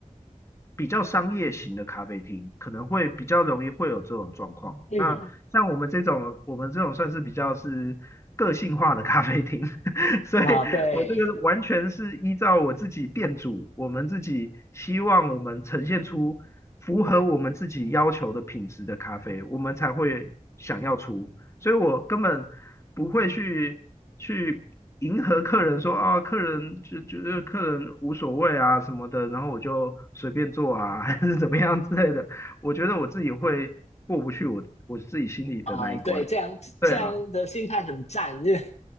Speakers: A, on the left (about 20°); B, on the left (about 55°).
A: 比较商业型的咖啡厅，可能会比较容易会有这种状况。
B: 嗯，
A: 那像我们这种，我们这种算是比较是个性化的咖啡厅，<laughs> 所以我这个完全是依照我自己店主，
B: 啊，对，
A: 我们自己希望我们呈现出符合我们自己要求的品质的咖啡，我们才会想要出。所以我根本不会去去迎合客人说啊，客人就觉得客人无所谓啊什么的，然后我就随便做啊，<laughs> 还是怎么样之类的。我觉得我自己会过不去我我自己心里的那一关。
B: 啊，对，这样这样的心态很赞，
A: 对啊
B: 就